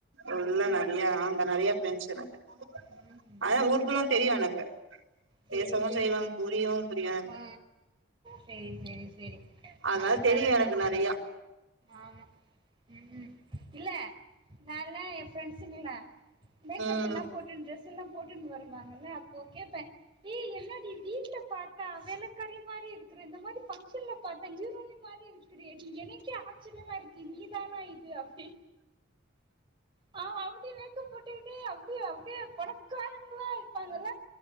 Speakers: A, on the right; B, on the right.
A: உள்ள
B: ம்
A: நெறைய அங்க நெறைய ப்ரெண்ட்ஸ்சு எனக்கு
B: ம் ம்
A: அதா ஊருக்குல்லா தெரியும் எனக்கு
B: செரி
A: பேசவு
B: செரி
A: செய்வே புரியவு புரியு எனக்கு
B: ஆ செரி செரி செரி
A: அதெல்லா
B: ஆ
A: தெரியு
B: கரெக்டா
A: எனக்கு
B: சொ
A: நெறையா
B: ஆமா உம் இல்ல நால்ல என் ப்ரெண்ட்ஸங்கள மேக்கப்
A: ம்
B: எல்லா போட்டு ட்ரெஸ்சு எல்லா போட்டுன் வருவாங்கள ஓகேப்பன் ஏ என்னடி வீட்ல பாத்தா வேலக்கறி மாரி இருக்குற இந்த மாதிரி ஃபங்க்ஷன்ல பாத்தா ஹீரோன்னு மாரி இருக்குரியேடி எனக்கே ஆச்சர்யமா இருக்கு நீ தானா இது அப்டி பாவோ அவ்ங்களே போட்டுகிட்டே அப்டியே அப்டியே பணக்காரங்களா இருப்பாங்கள